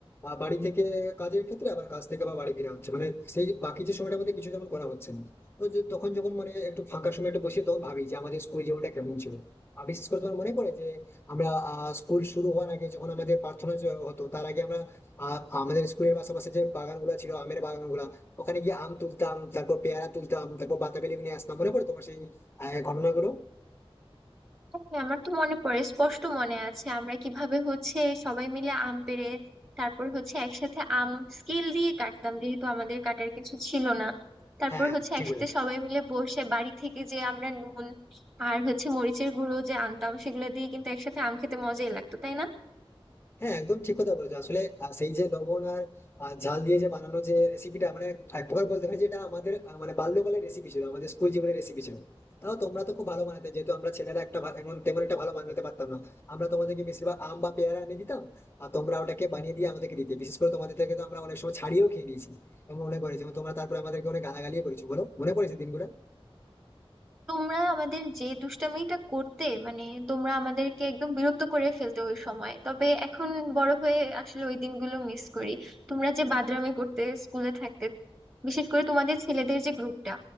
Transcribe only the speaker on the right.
হ্যাঁ আমার তো মনে পড়ে স্পষ্ট মনে আছে আমরা কিভাবে হচ্ছে সবাই মিলে আম পেড়ে তারপর হচ্ছে একসাথে আম স্কেল দিয়ে কাটতাম যেহেতু আমাদের কাটার কিছু ছিল না তারপর
হচ্ছে
একসাথে
সবাই মিলে বসে বাড়ি থেকে যে আমরা নুন আর হচ্ছে মরিচের গুঁড়ো যে আনতাম সেগুলো দিয়ে কিন্তু একসাথে আম খেতে মজাই লাগতো তাই না
তোমরা আমাদের যে দুষ্টামিটা করতে মানে তোমরা আমাদেরকে একদম বিরক্ত করে ফেলতে ওই সময় তবে এখন বড় হয়ে আসলে ওই দিনগুলো মিস করি তোমরা যে বাদরামি করতে স্কুলে থাকতে বিশেষ করে তোমাদের ছেলেদের যে গ্রুপটা